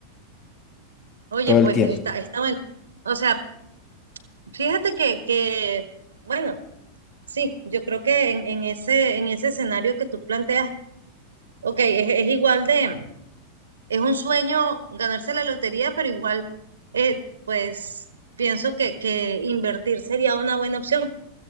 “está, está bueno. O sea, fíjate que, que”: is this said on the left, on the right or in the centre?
Right